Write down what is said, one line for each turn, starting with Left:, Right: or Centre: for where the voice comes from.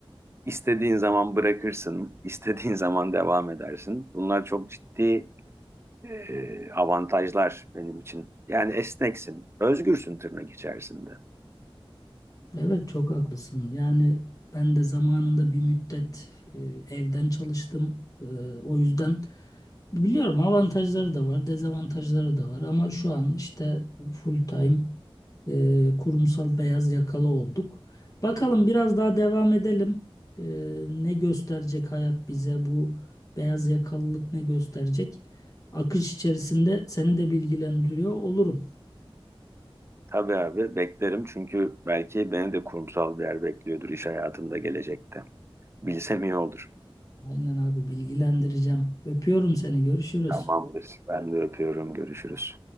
Right: İstediğin zaman bırakırsın, istediğin <laughs> zaman devam edersin. Bunlar çok ciddi e, avantajlar benim için. Yani esneksin, özgürsün tırnak içerisinde.
Left: Evet çok haklısın. Yani ben de zamanında bir müddet e, evden çalıştım. E, o yüzden biliyorum avantajları da var, dezavantajları da var. Ama şu an işte full time e, kurumsal beyaz yakalı olduk. Bakalım biraz daha devam edelim. E, ne gösterecek hayat bize bu beyaz yakalılık ne gösterecek? Akış içerisinde seni de bilgilendiriyor olurum.
Right: Tabii abi beklerim çünkü belki beni de kurumsal bir yer bekliyordur iş hayatında gelecekte. Bilsem iyi olur.
Left: Aynen abi bilgilendireceğim. Öpüyorum seni. Görüşürüz.
Right: Tamamdır. Ben de öpüyorum. Görüşürüz.